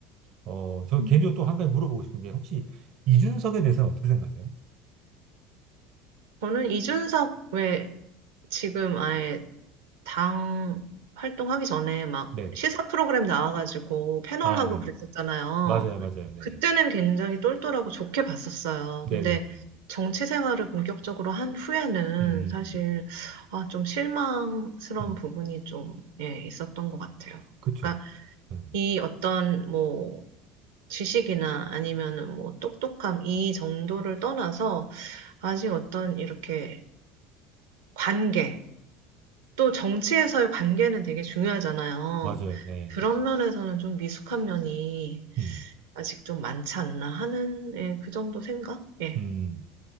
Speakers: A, on the right; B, on the right.
A: 어, 저
B: 음.
A: 개인적으로 또 한 가지 물어보고 싶은 게 혹시 이준석에 대해서는 어떻게 생각하세요?
B: 저는 이준석 왜 지금 아예 당 활동하기 전에 막
A: 네.
B: 시사 프로그램 나와가지고 패널하고
A: 아, 네네.
B: 그랬었잖아요.
A: 맞아요, 맞아요. 네네.
B: 그때는 굉장히 똘똘하고 좋게 봤었어요. 근데
A: 네네네네.
B: 정치 생활을 본격적으로 한 후에는
A: 음, 음,
B: 사실 아, 좀 실망스러운
A: 음. 음.
B: 부분이 좀 예, 있었던 것 같아요.
A: 그쵸.
B: 그러니까
A: 음,
B: 이 어떤 뭐 지식이나 아니면은 뭐 똑똑함 이 정도를 떠나서 아직 어떤 이렇게 관계, 또 정치에서의 관계는 되게 중요하잖아요.
A: 맞아요. 네.
B: 그런 면에서는 좀 미숙한 면이
A: 음,
B: 아직 좀 많지 않나 하는, 예, 그 정도 생각? 예.
A: 음.